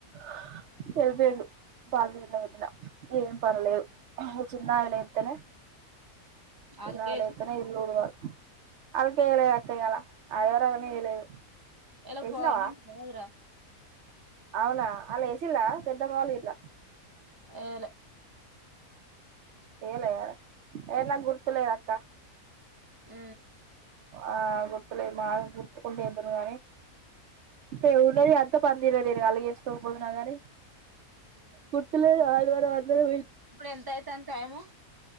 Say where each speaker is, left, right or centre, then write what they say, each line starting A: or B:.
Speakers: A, on the right; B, on the right.
A: హా ఎల్లిపోయిండు బాగా <unintelligible> ఏం పన్లేదు చిన్నామే లేత్తనే
B: అల్కేసి
A: నామే లేత్తనే ఇళ్లు ఊడ్వాలి అల్కేయలే అక్క ఇయ్యాల ఆదివారం అని ఏయలేదు
B: ఎలా
A: యేసినవా
B: పౌర్ణమి కాదురా
A: అవునా ఆల్లు ఏసిల్ల పెద్దమ్మ వాళ్లు గిట్ల
B: ఏయలే
A: ఏయలే ఏయలే ఏన్న గుర్తులేద అక్కా
B: ఊ
A: ఆ గొప్పలే మా గుర్తుకుంటేద్దను గాని ఏమున్నది అంత బిరి బీరి గాని గుర్తులేదు
B: ఇప్పుడు
A: ఆదివారం
B: ఏమున్నది
A: అందరం పోయి
B: ఇప్పుడు ఎంత అయితాంది టైము